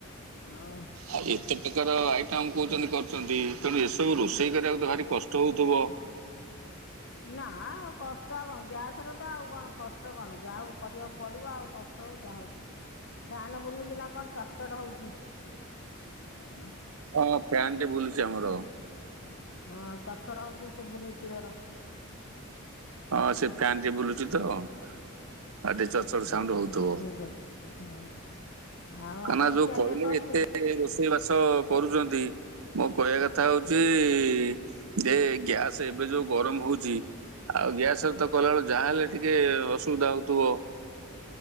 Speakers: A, on the left; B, on the right.
A: ଆଉ
B: ଆଉ ଏତେ ପ୍ରକାର ଆଇଟମ୍ କହୁଛନ୍ତି କରିଛନ୍ତି ତେଣୁ ଏସବୁ ରୋଷେଇ କରିବାକୁ ତ ଭାରି କଷ୍ଟ ହଉଥିବ?
A: ନା ଆଉ କଷ୍ଟ ଆଉ କଣ। ଗ୍ୟାସରେ ତ ଆଉ କଣ କଷ୍ଟ କଣ ଯାହା ହଉ କରିବାକୁ ପଡିବ ଆଉ। କ ଷ୍ଟ ହଉ ଯାହା ହଉ। ଫ୍ୟାନ ବୁଲୁଚି ନା କଣ ଚଡ଼ଚଡ ହଉଚି। ଆଁ।
B: ହଁ ଫ୍ୟାନଟେ ବୁଲୁଚି ଆମର।
A: ହଁ ଚଡଚଡ ହଉଚି ସୁବୁନି କ୍ଳିୟର।
B: ହଁ ସେ ଫ୍ୟାନ ଟି ବୁଲୁଚି ତ ଆଉ ଟିକେ ଚଡ଼ଚଡ଼ ସାଉଣ୍ଡ
A: ହଉ
B: ହଉଥିବ।
A: ହଉ ଠିକ ଅଛି ହଁ। ଆଉ
B: କାନା
A: ଆପଣଙ୍କ
B: ଯୋଉ
A: ଖିଆ
B: କହିଲେ
A: ପିଆ ସରିନି?
B: ଏତେ ରୋଷେଇ ବାସ କରୁଚନ୍ତି ମୋ କହିବା କଥା ହଉଚି ଯେ ଗ୍ୟାସ ଏବେ ଯୋଉ ଗରମ ହଉଚି ଆଉ ଗ୍ୟାସରେ ତ କଲାବେଳେ ଯାହା ହେଲେ ଟିକେ ଅସୁବିଧା ହଉଥିବ?